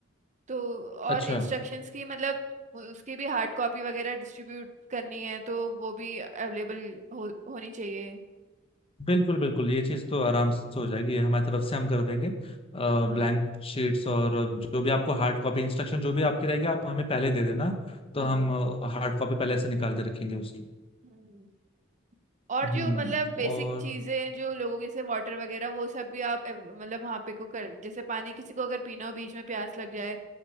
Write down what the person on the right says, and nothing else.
तो और
इंस्ट्रक्शंस की मतलब वो- उसकी भी हार्ड कॉपी वगैरह डिस्ट्रीब्यूट करनी है तो वो भी अवेलेबल हो, होनी चाहिए
हाँ
हाँ
हम्म। और
जो मतलब बेसिक
चीजें हैं जो लोगों की जैसे वाटर वगैरह वो सब भी आप अवेल- मतलब वहाँ पे को कर जैसे पानी किसी को अगर पीना हो बीच में प्यास लग जाए